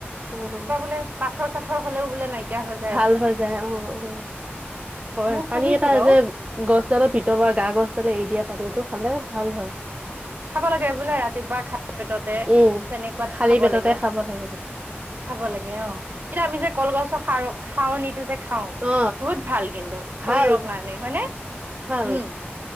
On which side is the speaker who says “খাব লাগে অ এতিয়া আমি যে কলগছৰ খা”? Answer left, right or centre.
Right